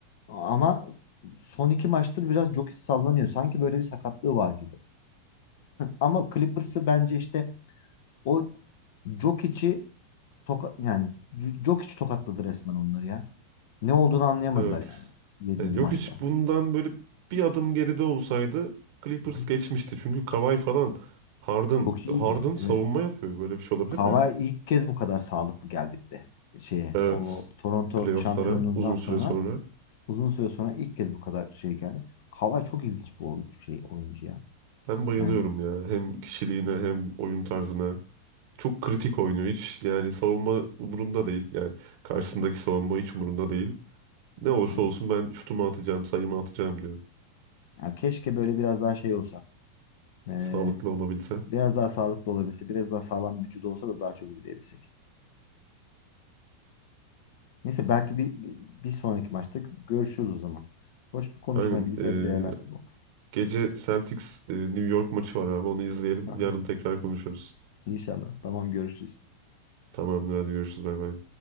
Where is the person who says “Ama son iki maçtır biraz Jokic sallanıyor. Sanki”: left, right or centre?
Left